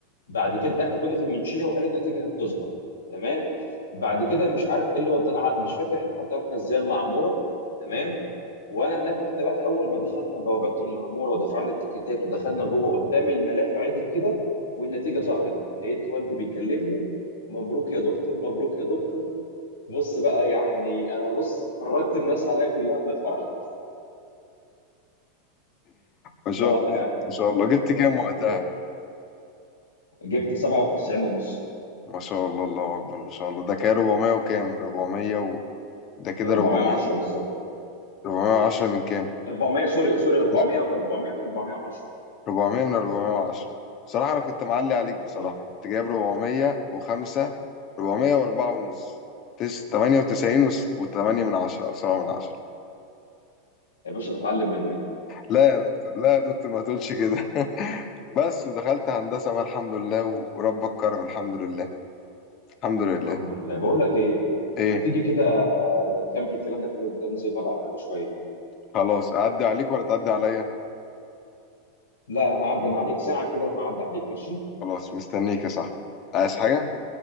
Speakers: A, on the left; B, on the left.
A: بعد كده احنا كنا في المنشيه وقالوا النتيجه هتظهر تمام بعد كده مش عارف ايه اللي ودانا ع- مش فاكر احنا حتى رحنا ازاي المعموره تمام وانا هناك واحنا بقى اول ما دخلنا بوابات المعموره ودفعنا التيكيتات ودخلنا جوه قدام الملاهي عدل كده والنتيجه ظهرت لقيت والدي بيكلمني مبروك يا دكتور مبروك يا دكتور بص بقى يعني انا بص فرجت الناس عليا كلها من الفرحه
B: ما
A: بصراحه
B: شاء الله
A: يعني من
B: ما شاء الله
A: كل
B: جبت
A: الفرحه
B: كام
A: كانت
B: وقتها
A: عليا جبت 97 ونص
B: ما شاء الله الله أكبر ما شاء الله ده كده 400 وكام 400 و... ده كده
A: كان 410
B: 400
A: بالظبط
B: 410 من كام
A: 400 سوري سوري 400
B: لا
A: 400 من 410
B: 400 من 410 بصراحة أنا كنت معلي عليك بصراحة
A: أيوة.
B: كنت جايب 405 404 ونص تس 98 وس... و8 من 10 أو 7 من 10
A: يا باشا بتعلم منك
B: لا يا دكتور لا يا دكتور ما تقولش كده <laughs> بس ودخلت هندسة بقى الحمد لله وربك كرم الحمد لله الحمد لله
A: الحمد لله بقول لك ايه
B: ايه
A: ما تيجي كده نكمل كلامنا الحلو ده ننزل نقعد على القهوه شويه
B: خلاص أعدي عليك ولا تعدي عليا
A: لا هعدي عليك ساعة كده وهعدي عليك ماشي
B: خلاص مستنيك يا صاحبي عايز حاجة